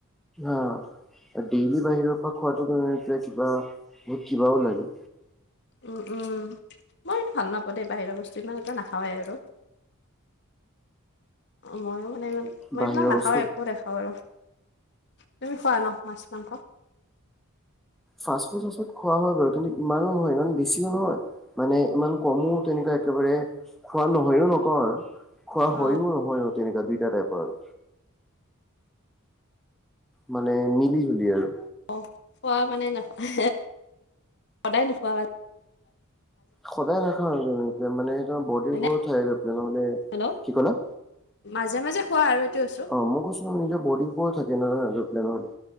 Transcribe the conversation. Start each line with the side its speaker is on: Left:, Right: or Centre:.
Centre: অ'! ডেইলি বাহিৰৰ পৰা খোৱাাটো, <unintelligible> কিবা, বহুত কিবাও লাগে।
Left: উম, উম। মই এইটো ভাল নাপাওঁ, দেই! বাহিৰৰ বস্তু ইমান এটা, নাখাওঁৱেই আৰু। অ'! মইয়ো। মানে ইমান, মই
Centre: বাহিৰৰ
Left: এইবিলাক নাখাওঁয়ে,
Centre: বস্তু
Left: একো নেখাওঁ আৰু। তুমি খোৱা ন' মাছ-মাংস?
Centre: ফাষ্টফুড-চাষ্টফুড খোৱা হয় বাৰু। কিন্তু, ইমানো নহয়, ইমান বেছিও নহয়। মানে ইমান কমো তেনেকুৱা একেবাৰে খোৱা নহয়ও নকওঁ আৰু। খোৱা
Left: অ
Centre: হয়ও নহয়ও, তেনেকুৱা দুইটা টাইপৰ আৰু। মানে মিলি- জুলি আৰু।
Left: অঁ', খোৱা মানে নোখোৱা সদায় নোখোৱা মানে।
Centre: সদায় নাখাও আৰু তেনেকে মানে তোমাৰ বডিৰ
Left: হয়নে
Centre: <unintelligible>
Left: হেল্ল'
Centre: কি ক'লা?
Left: মাজে মাজে খোৱা আৰু এইটো কৈছোঁ।
Centre: অ মই কৈছো নিজৰ বডিৰ ওপৰত থাকে নহয় <unintelligible> নহলে